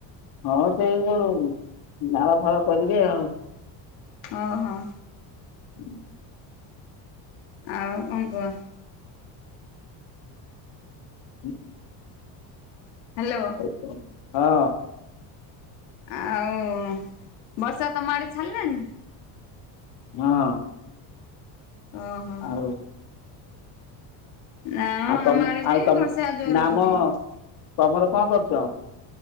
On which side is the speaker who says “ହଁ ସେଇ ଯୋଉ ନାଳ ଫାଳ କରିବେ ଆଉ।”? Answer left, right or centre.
Left